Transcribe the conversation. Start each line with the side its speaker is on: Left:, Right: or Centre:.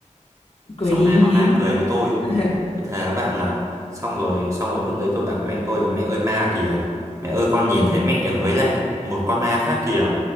Left: cười
Right: xong
Left: hí
Right: hai con
Left: hí
Right: ma cười với tôi
Left: <laughs>
Right: tôi thề với bạn là xong rồi xong rồi lúc đấy tôi bảo mẹ tôi là mẹ ơi ma kìa mẹ ơi con nhìn thấy mẹ với lại một con ma khác kìa